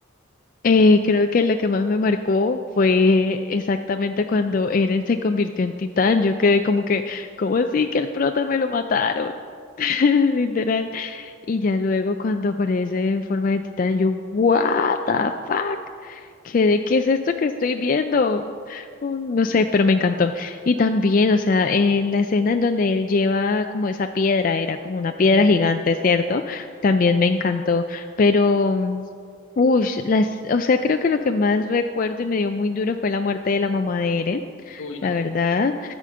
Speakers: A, on the left (about 40°); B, on the left (about 75°).
A: Eh, creo que lo que más me marcó fue exactamente cuando Eren se convirtió en titán. Yo quedé como que, ¿cómo así que el prota me lo mataron? <laughs> literal. Y ya luego cuando aparece en forma de titán, yo, what the fuck, ¿qué, de- qué es esto que estoy viendo? Mm, No sé, pero me encantó. Y también, o sea, en la escena en donde él lleva como esa piedra, era como una piedra
B: Ujú.
A: gigante, ¿cierto? También me encantó, pero... mm, Ush, las, o sea, creo que lo que más recuerdo y me dio muy duro fue la muerte de la mamá de Eren,
B: Uy, no.
A: la verdad.